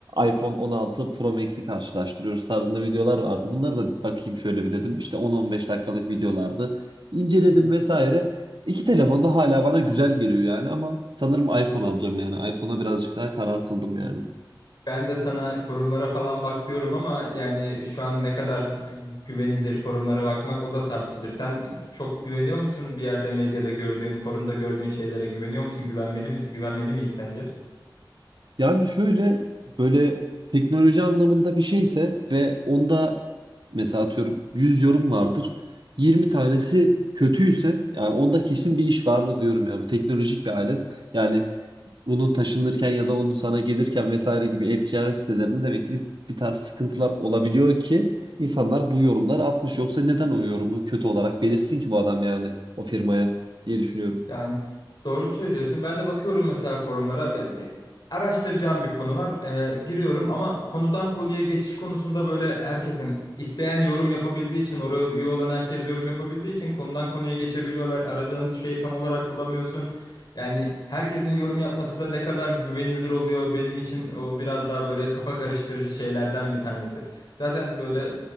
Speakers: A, on the right; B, on the left.
A: iPhone 16 Pro Max'i karşılaştırıyoruz tarzında videolar vardı. Bunları da bakayım şöyle bir dedim. İşte 10-15 dakikalık videolardı. İnceledim
B: hı.
A: vesaire. İki telefon da hala bana güzel geliyor yani ama sanırım iPhone alacağım yani. iPhone'a birazcık daha karar kıldım yani.
B: Ben de sana forumlara falan bak diyorum ama yani şu an ne kadar gü- güvenilir forumlara bakmak o da tartışılır. Sen çok güveniyor musun bir yerde medyada gördüğün, forumda gördüğün şeylere güveniyor musun? Güvenmeli misin? Güvenmeli miyiz sence?
A: Yani şöyle böyle teknoloji anlamında bir şeyse ve onda mesela atıyorum 100 yorum vardır. yirmi tanesi kötüyse yani onda kesin bir iş vardır diyorum yani. Bu teknolojik bir alet. Yani bunun taşınırken ya da onun sana gelirken vesaire gibi e-ticaret sitelerinde demek ki biz bir tarz sıkıntılar olabiliyor ki insanlar bu yorumları atmış. Yoksa neden o yorumu kötü olarak belirsin ki bu adam yani o firmaya diye düşünüyorum.
B: Yani doğru söylüyorsun. Ben de bakıyorum mesela forumlara. Be- be- Araştıracağım bir konu var. Ee, giriyorum ama konudan konuya geçiş konusunda böyle herkes hani isteyen yorum yapabildiği için oraya üye olan herkes yorum yapabildiği için konudan konuya geçebiliyorlar. Aradığın şeyi tam olarak bulamıyorsun. Yani herkesin yorum yapması da ne kadar güvenilir oluyor benim için o biraz daha böyle kafa karıştırıcı şeylerden bir tanesi. Zaten böyle